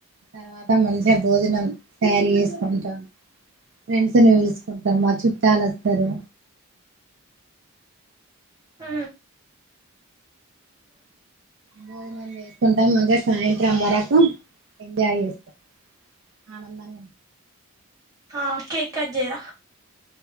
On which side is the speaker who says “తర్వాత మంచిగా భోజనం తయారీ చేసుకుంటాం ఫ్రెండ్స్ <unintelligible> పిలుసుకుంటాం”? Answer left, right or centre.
Right